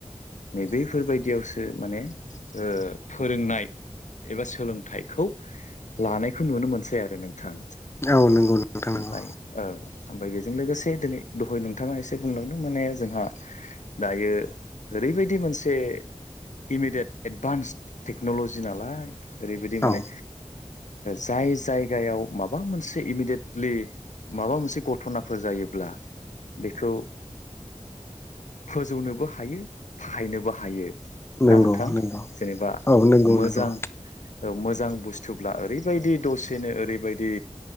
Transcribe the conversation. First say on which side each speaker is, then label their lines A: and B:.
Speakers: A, on the left; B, on the left.
A: नैबेफोरबायदियावसो माने ओ फोरोंनाय एबा सोलोंथाइखौ लानायखौ नुनो मोनसै आरो नोंथां।
B: औ नंगौ नोंथां
A: ओमफ्राय
B: नंगौ
A: औ ओमफ्राय बेजों लोगोसे दिनै दहाय नोंथाङा एसे बुंलांदों माने जोंहा दायो ओरैबायदि मोनसे इमिडियेट एडभान्स टेक्न'ल'जि नालाय ओरैबायदि माने
B: औ
A: जाय जायगायाव माबा मोनसे इमिडियेटलि माबा मोनसे घथ'नाफोर जायोब्ला बेखौ फोजौनोबो हायो बाहायनोबो हायो।
B: नंगौ
A: ना नोंथां?
B: नंगौ
A: जेनेबा
B: औ नंगौ
A: मोजां
B: नंगौ
A: मोजां बुस्थुब्ला ओरैबायदि दसेनो ओरैबायदि